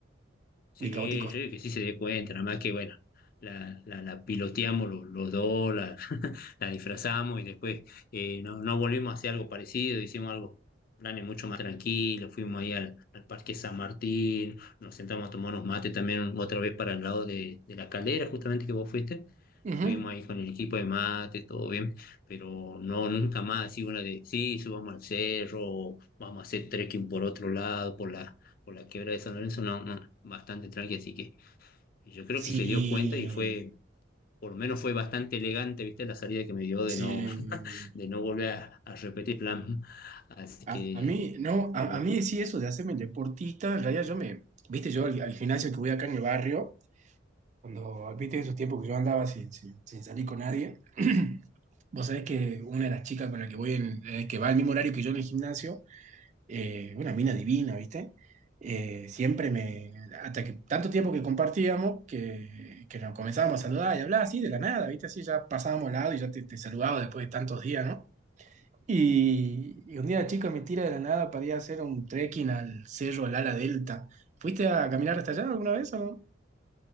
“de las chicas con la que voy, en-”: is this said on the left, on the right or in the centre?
Right